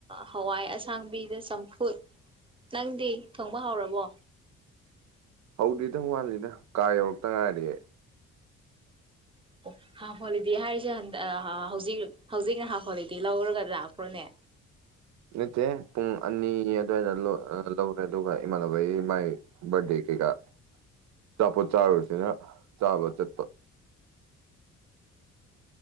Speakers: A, on the right; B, on the right.
A: ꯍꯋꯥꯏ ꯑꯁꯥꯡꯕꯤꯗ ꯆꯝꯐꯨꯠ ꯅꯪꯗꯤ ꯊꯣꯡꯕ ꯍꯧꯔꯕꯣ
B: ꯍꯧꯗ꯭ꯔꯤꯗ ꯋꯥꯠꯂꯤꯗ ꯀꯥ ꯌꯧꯔꯛꯇ ꯉꯥꯏꯔꯤꯑꯦ
A: ꯑꯣ ꯍꯥꯐ ꯍꯣꯂꯤꯗꯦ ꯍꯥꯏꯔꯤꯁꯦ ꯍꯧꯖꯤꯛ ꯍꯧꯖꯤꯛꯅ ꯍꯥꯐ ꯍꯣꯂꯤꯗꯦ ꯂꯧꯔꯒ ꯂꯥꯛꯄ꯭ꯔꯣꯅꯦ
B: ꯅꯠꯇꯦ ꯄꯨꯡ ꯑꯅꯤ ꯑꯗꯨꯋꯥꯏꯗ ꯂꯧꯔꯦ ꯑꯗꯨꯒ ꯏꯃꯥꯟꯅꯕꯒꯤ ꯃꯥꯏ ꯕꯔꯗꯦ ꯀꯩꯀꯥ ꯑꯆꯥꯄꯣꯠ ꯆꯥꯔꯨꯔꯁꯤꯅ ꯆꯥꯕ ꯆꯠꯄ